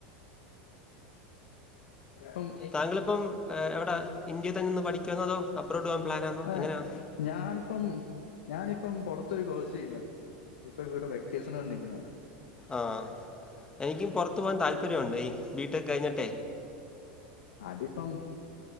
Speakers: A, on the left; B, on the left.
A: പ്പം
B: താങ്കളിപ്പം എവിടെ ഇന്ത്യെ തന്ന് ന്ന് പഠിക്ക്യുവാന്നോ അതോ അബ്രോഡ് പോവാൻ പ്ലാനാന്നോ.
A: ആഹ്
B: എങ്ങനാ?
A: ഞാനിപ്പം ഞാനിപ്പം പൊറത്തൊരു കോഴ്സ് ചെയ്യുവാ. ഇപ്പൊ ഇവിടെ വെക്കേസന് വേണ്ടി നിക്കുന്നെയാണ്.
B: ആഹ് എനിക്കും പൊറത്ത് പോവാൻ താല്പര്യമുണ്ട്. ഈ ബി ടെക്ക് കഴിഞ്ഞിട്ടേ.
A: അടിപ്പം